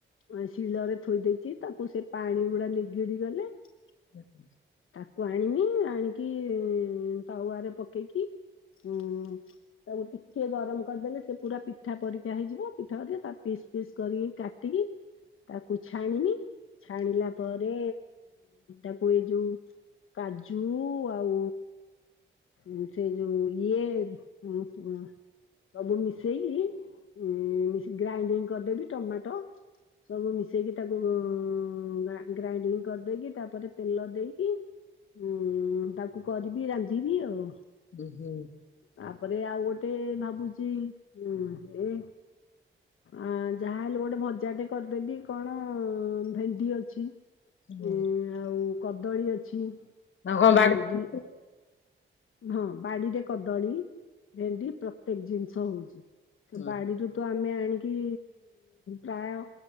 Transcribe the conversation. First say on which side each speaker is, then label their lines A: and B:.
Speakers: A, on the left; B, on the left.
A: ଅଁ ଶିଳରେ ଥୋଇ ଦେଇଚି ତାକୁ ସେ ପାଣି ଗୁଡା ନିଗିଡି ଗଲେ
B: <unintelligible>
A: ତାକୁ ଆଣିମି ଆଣିକି ତାୱାରେ ପକେଇକି ଅଁ ତାକୁ ଟିକ କିଏ ଗରମ କରିଦେଲେ ସେ ପୁରା ପିଠା ପରିକା ହେଇଯିବ। ପିଠା ପରିକା ତା ପିସ୍ ପିସ୍ କରିକି କାଟିକି ତାକୁ ଛାଣିମି ଛାଣିଲା ପରେ ତାକୁ ଏଇ ଯୋଉ କାଜୁ ଆଉ ଉଁ ସେ ଯୋଉ ଇଏ ଅଁ ଅଁ ସବୁ ମିଶେଇକି ଉଁ ଗ୍ରାଇଣ୍ଡିଙ୍ଗ କରିଦେବି ଟମାଟ ସବୁ ମିଶେଇକି ତାକୁ ଉ ଗ୍ରା ଗ୍ରାଇଣ୍ଡିଙ୍ଗ କରିଦେଇକି ତାପରେ ତେଲ ଦେଇକି ଉଁ ତାକୁ କରିବି ରାନ୍ଧିବି ଆଉ।
B: ଉଁ ହୁଁ।
A: ତାପରେ ଆଉ ଗୋଟିଏ ଭାବୁଚି ଉଁ ଏ ଆଁ ଯାହା ହେଲେ ଗୋଟେ ଭଜାଟେ କରିଦେବି କଣ ଭେଣ୍ଡି ଅଛି।
B: ହୁଁ ହୁଁ।
A: ଏ ଆଉ କଦଳୀ ଅଛି।
B: ଆଉ କଁ ବାଡିରେ
A: ଭେଣ୍ଡି
B: ଫଳିଥିଲା
A: ହଁ ବାଡିରେ କଦଳୀ ଭେଣ୍ଡି ପ୍ରତ୍ୟେକ ଜିନିଷ ହଉଛି ସେ
B: ହୁଁ
A: ବାଡିରୁ ତ ଆମେ ଆଣିକି ପ୍ରାୟ